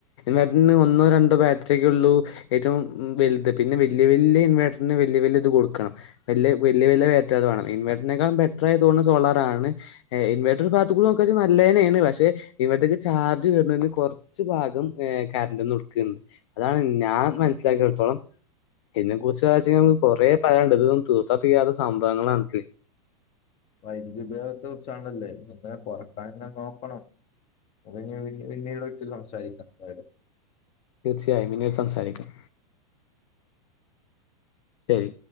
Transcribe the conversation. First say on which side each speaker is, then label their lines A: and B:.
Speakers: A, on the left; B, on the left.
A: പറഞ്ഞാല് ഒന്നോ രണ്ടോ ബാറ്ററിയൊക്കെ ഉള്ളൂ ഏറ്റവും വലുത് പിന്നെ വലിയ വലിയ ഇൻവർട്ടറിന് വല്യ വല്യ ഇത് കൊടുക്കണം വല്യ വലിയ ഇൻവെട്ടർ വേണം ഇവർട്ടറിനെക്കാളും ബെറ്റർ ഇൻവട്ടർ ആയോണ്ട് സോളാറാണ് ഇൻവർട്ടർ ഭാഗത്ത് നിന്ന് നോക്കുമ്പോൾ നല്ല തന്നയാണ് പക്ഷെ ഇൻവട്ടർ ചാർജ് തിന് കുറച്ച് ഭാഗം കറണ്ട് ന്ന് എടുക്കയുള്ളു അതാണ് ഞാൻ മനസ്സിലാക്കിയടുത്തോളം ഇതിനെ കുറിച്ച് വച്ച നമുക്ക് കുറേ പറയാനുണ്ട് ഇതൊന്നും തീർത്താ തീരാത്ത സംഭവങ്ങളാണേ
B: വൈദ്യുതി ഉപയോഗത്തെ കുറിച്ചാണല്ലേ ഇങ്ങനെ കൊറക്കാനങ്ങന നോക്കണം അത് പിന്നീട് ഒരിക്കൽ സംസാരിക്കാം എന്താലും
A: തീർച്ചയായും പിന്നീട് സംസാരിക്കാം ശരി